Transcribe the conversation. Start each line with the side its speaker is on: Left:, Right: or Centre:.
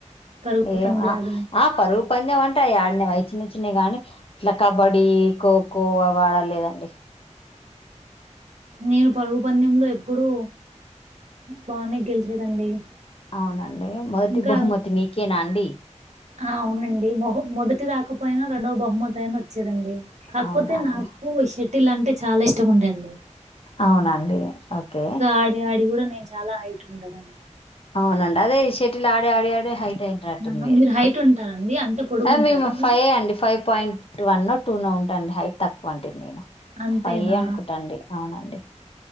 Right: పరుగు
Left: ఏం
Right: పంద్యాలు
Left: ఆ పరు పందెం అంటే అవి ఆడినేవివి చిన్న చిన్నవి గానీ ఇట్లా కబడ్డీ ఖోఖో అవి ఆడాలలేదండి
Right: నేను పరుగు పందెంలో ఎప్పుడుూ బానే గెలిచేదండి
Left: అవునండి మొదటి
Right: ఇంకా
Left: బహుమతి మీకేనా అండి
Right: ఆ అవునండి మొ మొదటి దాక పోయినా రెండవ బహుమతి అయినా వచ్చేదండి కాకపోతే
Left: అవునండి
Right: నాకుూ వషే పటిల్ అంటే చాలా ఇష్టం ఉండే అండి
Left: అవునండి ఓకే
Right: ఆడి ఆడి గూడా నేను చాలా హైట్ ఉంటానండి
Left: అవునం అదే ఈ షటిల్ ఆడ ఆడి ఆడి హై ంది
Right: ఆ!
Left: మీరుద
Right: మీరు హైట్ ఉంటారండి? అంటే పొడుగుంటారా
Left: మేము
Right: మీరు?
Left: ఫైవ్ అండి five point one no two no ఉంటుండి హైట్ తక్కువ అంటడిది నేను
Right: అంతేనా?
Left: ఫైవే అనుకుంటాండి అవునండి